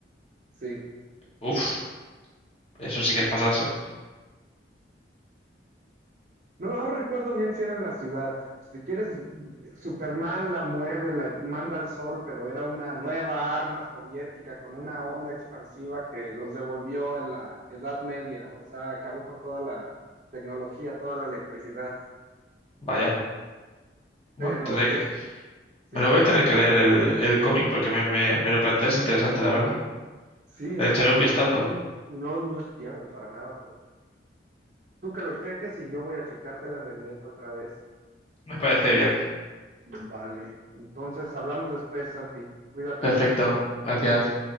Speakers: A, on the right; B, on the left.
A: sí.
B: uff, eso sí que es pasarse.
A: No no recuerdo bien si era en la ciudad. Si quieres, Superman la mueve, la manda al sol, pero era una nueva arma soviética con una onda expansiva que los devolvió en la Edad Media, o sea, acabó con toda la tecnología, toda la electricidad.
B: Vaya.
A: Pero
B: Bueno, tendré
A: pues
B: que,
A: Sí,
B: me lo
A: se
B: voy a
A: baja
B: tener que
A: la intensidad.
B: leer el, el cómic porque me, me, me lo planteas interesante, la verdad.
A: Sí, el
B: Le echaré
A: cómic
B: un vistazo.
A: también no, no es pierde para nada, pero tú que lo cheques y yo voy a checar B de Vendetta otra vez.
B: Me parece bien.
A: Vale, entonces hablamos después, Santi. Cuídate.
B: Perfecto. Gracias.